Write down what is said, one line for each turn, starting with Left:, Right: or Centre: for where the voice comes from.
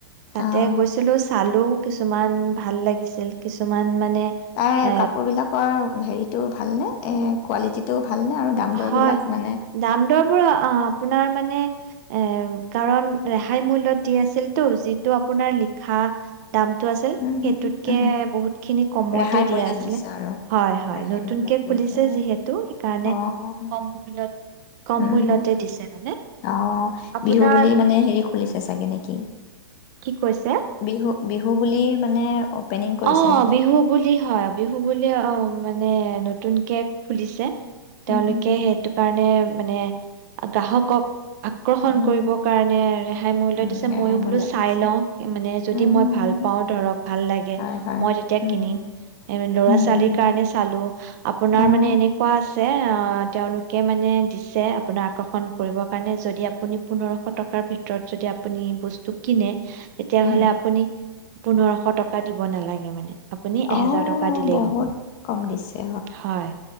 Right: তাতে
Left: অ',
Right: গৈছিলো চালো কিছুমান ভাল লাগিছিল। কিছুমান মানে,
Left: তাৰে
Right: এ
Left: কাপোৰবিলাকৰ হেৰিটো ভালনে? কোৱালিটিটো, ভালনে আৰু দাম দৰবিলাক
Right: হয়।
Left: মানে
Right: দাম-দৰ পৰা অ', আপোনাৰ মানে এ কাৰণ ৰেহাই মূল্যত দি আছিলতো, যিটো আপোনাৰ লিখা দামটো আছিল।
Left: হুম, হুম,
Right: সেইটোতকে
Left: হুম, উম,
Right: বহুত সিখিনি কমতে
Left: ৰেহাই
Right: দিয়া
Left: মূল্যত
Right: আছিলে।
Left: দিছে আৰু
Right: হয়-হয়,
Left: ৰেহাই
Right: নতুনকে
Left: মূল্যত দি
Right: খুলি
Left: আছে।
Right: যিহেতু, সেইকাৰণে
Left: অ'
Right: কম মূল্যত কম
Left: উম',
Right: মূল্যতে দিছে মানে
Left: আহ'
Right: আপোনাৰ
Left: বিহু বুলি মানে হেৰি খুলিছে চাগে নেকি?
Right: কি কৈছে
Left: বিহু বিহু বুলি মানে অপেনিং কৰিছে
Right: অ',
Left: নেকি?
Right: বিহু বুলি হয়। বিহু বুলি অ' মানে নতুনকে খুলিছে। তেওঁলোকে
Left: উম, হুম, হুম,
Right: সেইটো কাৰণে মানে গ্ৰাহকক আকৰ্ষণ
Left: উম,
Right: কৰিবৰ কাৰণে ৰেহাই মূল্য
Left: উম,
Right: দিছে
Left: ৰেহাই
Right: ময়ো বোলো
Left: মূল্যত
Right: চাই
Left: দিছে।
Right: লওঁ, মানে যদি
Left: উম,
Right: মই ভাল পাওঁ ধৰক ভাল লাগে।
Left: হয়, হয়,
Right: মই যেতিয়া
Left: উম,
Right: কিনিম এ ল'ৰা-ছোৱালীৰ
Left: উম,
Right: কাৰণে চালোঁ আপোনাৰ
Left: অ',
Right: মানে এনেকুৱা আছে। এ তেওঁলোকে মানে দিছে আপোনাৰ আকৰ্ষণ কৰিবৰ কাৰণে যদি আপুনি পোন্ধৰশ টকাৰ ভিতৰত যদি আপুনি বস্তু কিনে। তেতিয়াহ'লে
Left: উম,
Right: আপুনি। পোন্ধৰশ টকা দিব। দিব নালাগে মানে। আপুনি এহেজাৰ
Left: অ',
Right: টকা দিলেই
Left: বহুত
Right: হব
Left: কম দিছে
Right: হয়